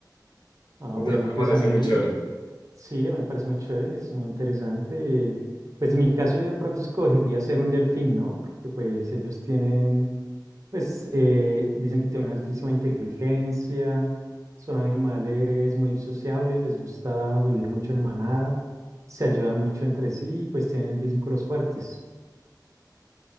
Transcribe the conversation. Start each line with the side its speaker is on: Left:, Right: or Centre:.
Right: Ah,
Left: Entonces
Right: bueno,
Left: me
Right: pues
Left: parece
Right: a mí,
Left: muy chévere.
Right: Sí, a mí me parece muy chévere, es muy interesante. Pues en mi caso yo de pronto escogería ser un delfín, ¿no? Porque pues ellos tienen, pues eh, dicen que tienen altísima inteligencia, son animales muy sociables, les gusta vivir mucho en manada, se ayudan mucho entre sí y pues tienen vínculos fuertes.